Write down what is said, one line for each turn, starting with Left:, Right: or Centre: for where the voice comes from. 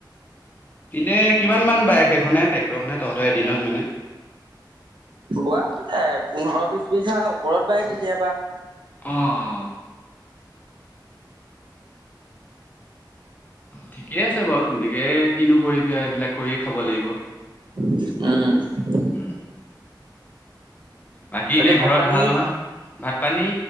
Left: এনে কিমান মান বায় সেইখনে ট্ৰেক্টৰ খনে ত এ দিনত মানে?
Right: বোৱা হৈ যায় পোন্ধৰ বিশ বিধা ওপৰত বাই কেতিয়াবা। <inaudible>
Left: অ অ ঠিকেই আছে বাও, তেনেকে কিনো কৰিবি আও এইবিলাক কৰিয়ে খাব লাগিব।
Right: উম।
Left: উম। বাকী এনেই
Right: ভাত
Left: ঘৰত
Right: পানী
Left: ভাল নহয় ভাত পানী